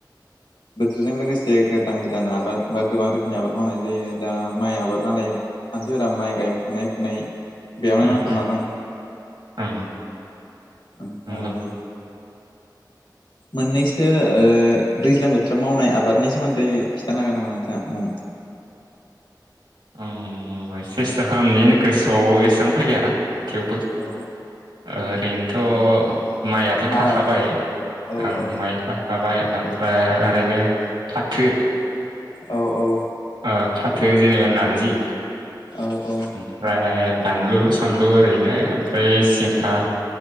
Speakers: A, on the left (about 80°); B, on the right (about 85°).
A: बोथोरजों लोगोसे गोदान गोदान आबाद बा गोबां रोखोमनि आबाद मावनाय जायो दा माइ आबाद नालाय मानसिफोरा माइ गायफुनाय फुनाय बेयावनो
B: उम
A: नांथाना
B: उम
A: दं।
B: ओं
A: ओमफाय
B: नंगौ
A: मोननैसो ओ सदैज्लां बोथोराव मावनाय आबादनि सोमोन्दै खिथानो हागोन नामा नोंथाङा मुं?
B: ओम सेस्था खालामनि गोसोआव एसेबां फैया थेवबो
A: औ
B: ओरैनोथ' माइयाथ'
A: माइ
B: थाखाबाय
A: आबो औ
B: ओं
A: औ
B: माइब्रा थाबाय ओमफ्राय ओरैनो फाथो
A: औ औ
B: ओ फाथो जेनेबा नारजि
A: औ औ
B: ओमफ्राय बानलु सानलु ओरैनो ओमफ्राय सिंखा